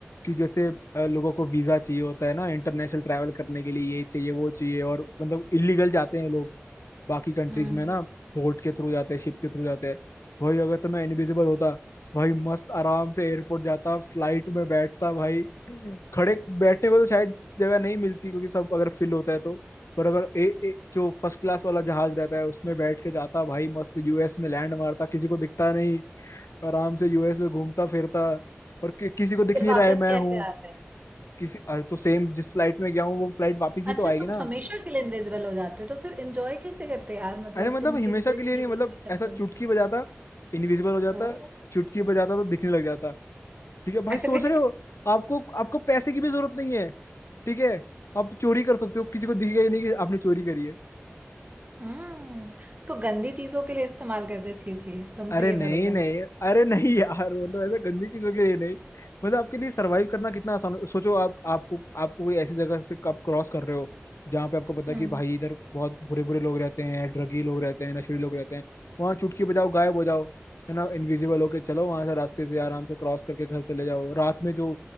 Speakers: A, on the left; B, on the right.
A: कि जैसे अ, लोगों को वीजा चाहिए होता है ना इंटरनेशनल ट्रैवल करने के लिए ये चाहिए वो चाहिए और मतलब इलीगल जाते हैं लोग बाकी कंट्रीज
B: हम्म
A: में ना बोट के थ्रू जाते हैं शिप के थ्रू जाते हैं भाई अगर तो मैं इनविजिबल होता भाई मस्त आराम से एयरपोर्ट जाता फ्लाइट में बैठता भाई खड़े बैठने को तो शायद जगह नहीं मिलती क्योंकि सब अगर फिल होता है तो पर अगर ए, ए, जो फर्स्ट क्लास वाला जहाज रहता है उसमें बैठ के जाता भाई मस्त यूएस में लैंड मारता किसी को दिखता नहीं आराम से यूएस में घूमता फिरता और कि, किसी को दिख
B: फिर
A: नहीं
B: वापस
A: रहा है मैं
B: कैसे
A: हूँ
B: आते हैं
A: किसी अरे तो सेम जिस फ्लाइट में गया हूँ वो फ्लाइट वापस भी
B: अच्छा
A: तो आएगी
B: तुम
A: ना
B: हमेशा के लिए इनविजिबल हो जाते हो तो फिर एंजॉय कैसे करते यार मतलब
A: अरे मतलब
B: तुम
A: हमेशा
B: किस कोई
A: के लिए
B: तुम्हें
A: नहीं
B: देख
A: मतलब
B: नहीं सकता
A: ऐसा चुटकी बजाता इनविजिबल हो जाता
B: ओह
A: चुटकी बजाता तो दिखने लग जाता ठीक है भाई
B: <laughs> अरे
A: सोच रहे हो आपको आपको पैसे की भी जरूरत नहीं है ठीक है आप चोरी कर सकते हो किसी को दिखेगा ही नहीं कि आपने चोरी करी है
B: हम्म तो गंदी चीजों के लिए इस्तेमाल करते छी छी तुमसे
A: अरे
B: ये
A: नहीं
B: भरोसा
A: नहीं
B: नहीं
A: अरे नहीं यार मतलब ऐसा गंदी चीजों के लिए नहीं मतलब आपके लिए सरवाइव करना कितना आसान हो- सोचो आप आपको आपको कोई ऐसी जगह से आप क्रॉस कर रहे हो जहाँ पे आपको पता
B: हम्म
A: है कि भाई इधर बहुत बुरे बुरे लोग रहते हैं ड्रगी लोग रहते हैं नशेड़ी लोग रहते हैं वहां चुटकी बजाओ गायब हो जाओ है ना इनविजिबल होके चलो वहां से रास्ते से आराम से क्रॉस करके घर चले जाओ रात में जो